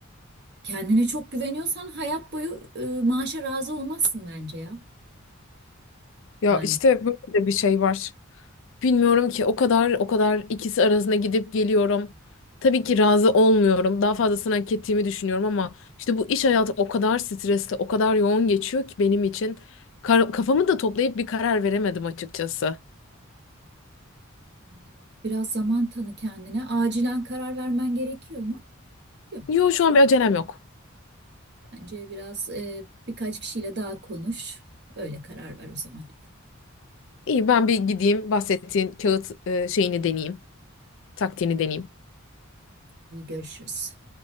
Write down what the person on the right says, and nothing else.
Kendine çok güveniyorsan hayat boyu e, maaşa razı olmazsın bence ya.
Yani
Anlıyorum. biraz zaman tanı kendine. Acilen karar vermen gerekiyor mu? Yok.
Bence biraz e, birkaç kişiyle daha konuş. Öyle karar ver o zaman.
İyi görüşürüz.